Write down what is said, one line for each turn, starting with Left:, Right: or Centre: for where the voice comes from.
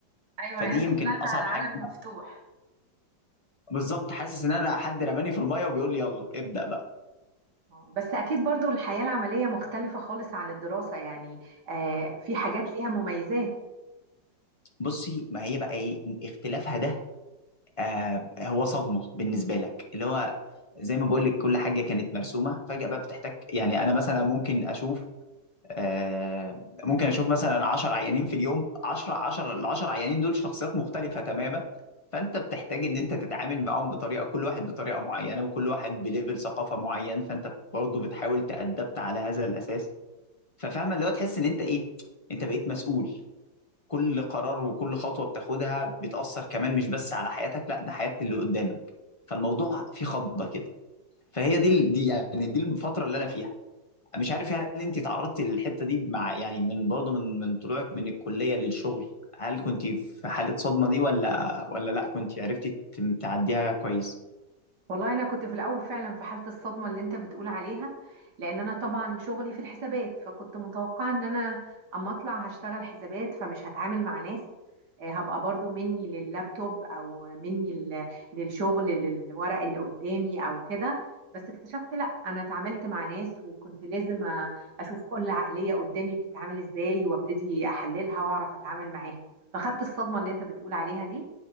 Right: ايوه
Left: فدي
Right: يعني انت
Left: يمكن
Right: طلعت
Left: اصعب
Right: على عالم
Left: حاجه
Right: مفتوح
Left: بالظبط حاسس ان انا حد رماني في الميه وبيقول لي يلا ابدا بقى
Right: آه. بس أكيد برضو الحياة العملية مختلفة خالص عن الدراسة يعني آه في حاجات ليها مميزات
Left: بصي ما هي بقى ايه اختلافها ده آه هو صدمه بالنسبه لك اللي هو زي ما بقول لك كل حاجه كانت مرسومه فجاه بقى بتحتاج يعني انا مثلا ممكن اشوف آه ممكن اشوف مثلا 10 عيانين في اليوم 10 10 ال 10 عيانين دول شخصيات مختلفه تماما فانت بتحتاج ان انت تتعامل معاهم بطريقه كل واحد بطريقه معينه وكل واحد بليفل ثقافه معين فانت برضه بتحاول تأدبت على هذا الاساس ففاهمه اللي هو تحس ان انت ايه انت بقيت مسؤول كل قرار وكل خطوه بتاخدها بتاثر كمان مش بس على حياتك لا ده حياه اللي قدامك فالموضوع فيه خضه كده فهي دي ال- دي يعني دي الفتره اللي انا فيها مش عارف هل انت تعرضتي للحته دي مع يعني من برضه من من طلوعك من الكليه للشغل هل كنت في حاله صدمه دي ولا ولا لا كنت عرفتي ت- تعديها كويس
Right: والله انا كنت في الاول فعلا في حاله الصدمه اللي انت بتقول عليها لان انا طبعا شغلي في الحسابات فكنت متوقعه ان انا اما اطلع هشتغل حسابات فمش هتعامل مع ناس آه، هبقى برضو مني لللابتوب او مني لل- للشغل للورق اللي قدامي او كده بس اكتشفت لا انا اتعاملت مع ناس وكنت لازم أ- اشوف كل عقليه قدامي بتتعامل ازاي وابتدي احللها واعرف اتعامل معاها فخدت الصدمه اللي انت بتقول عليها دي